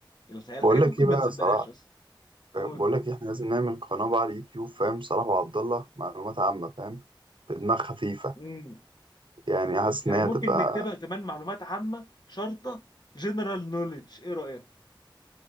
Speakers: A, on the left; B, on the right.
A: الخيال
B: بقول
A: حاجات
B: لك
A: ممكن
B: إيه بقى
A: ما تصدقهاش
B: صلاح
A: اصلا قول
B: بقول لك إيه إحنا لازم نعمل قناة بقى على اليوتيوب فاهم صلاح وعبد الله معلومات عامة فاهم بدماغ خفيفة
A: امم
B: يعني حاسس
A: يعني
B: إن هي
A: ممكن
B: هتبقى
A: نكتبها كمان معلومات عامه شرطه جنرال نوليدج ايه رايك